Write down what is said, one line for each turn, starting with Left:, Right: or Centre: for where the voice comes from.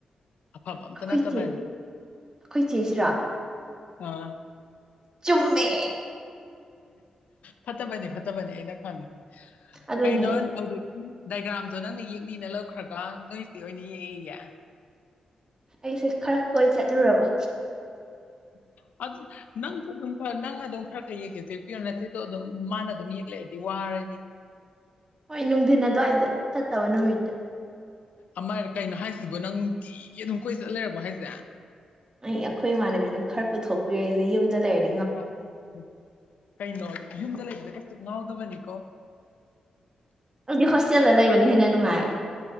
Left: ꯑꯐꯕ ꯑꯝꯇ
Right: ꯑꯩꯈꯣꯏ
Left: ꯅ ꯆꯕꯥꯏꯅꯦ
Right: ꯆꯦ ꯑꯩꯈꯣꯏ ꯆꯦꯁꯤꯔꯣ
Left: ꯑꯥ
Right: ꯆꯨꯝꯃꯦ꯫
Left: ꯐꯠꯇꯕꯅꯤ ꯐꯠꯇꯕꯅꯤ ꯑꯩꯅ ꯈꯪꯉꯤ
Right: ꯑꯗꯨꯅꯤ
Left: ꯀꯩꯅꯣ ꯍꯧꯖꯤꯛꯇꯤ ꯗꯥꯏꯒ꯭ꯔꯥꯝꯗꯣ ꯅꯪꯅ ꯌꯦꯛꯅꯤꯅ ꯂꯧꯈ꯭ꯔꯒ ꯅꯣꯏꯆꯦ ꯑꯣꯏꯅ ꯌꯦꯛꯑꯦꯌꯦ꯫
Right: ꯑꯩꯁꯦ ꯈꯔ ꯈꯣꯏ ꯆꯠꯂꯨꯔꯕ
Left: ꯎꯝ ꯑꯗꯨ ꯅꯪꯁꯨ ꯑꯗꯨꯝ ꯈꯔ ꯅꯪꯅ ꯑꯗꯨꯝ ꯈꯔ ꯈꯔ ꯌꯦꯛꯀꯦꯁꯨ ꯌꯦꯛꯄꯤꯌꫭ ꯅꯠꯆꯦꯗꯣ ꯑꯗꯨꯝ ꯃꯥꯅ ꯑꯗꯨꯝ ꯌꯦꯛꯂꯩꯔꯗꯤ ꯗꯤ ꯋꯥꯔꯅꯤ
Right: ꯍꯣꯏ ꯅꯨꯡꯊꯤꯟ ꯑꯗꯨꯋꯥꯏꯗ ꯆꯠꯇꯕ ꯅꯨꯃꯤꯠꯇ
Left: ꯑꯃꯥꯏ ꯀꯩꯅꯣ ꯍꯥꯏꯁꯤꯕꯣ ꯅꯪ ꯅꯨꯡꯇꯤꯒꯤ ꯑꯗꯨꯝ ꯀꯣꯏ ꯆꯠꯂ ꯂꯩꯔꯕ ꯍꯥꯏꯁꯦ
Right: ꯑꯩ ꯑꯩꯈꯣꯏ ꯏꯃꯥꯟꯅꯕꯤꯅ ꯈꯔ ꯄꯨꯊꯣꯛꯄꯤꯔꯛꯏꯁꯦ ꯌꯨꯝꯗ ꯂꯩꯔ
Left: ꯌꯥ <unintelligible> ꯀꯩꯅꯣ ꯌꯨꯝꯗ ꯂꯩꯕꯗ ꯀꯩꯁꯨ ꯉꯥꯎꯗꯕꯅꯤꯀꯣ
Right: ꯑꯩꯗꯤ ꯍꫭꯁꯇꯦꯜꯗ ꯂꯩꯕꯅ ꯍꯦꯟꯅ ꯅꯨꯡꯉꯥꯏ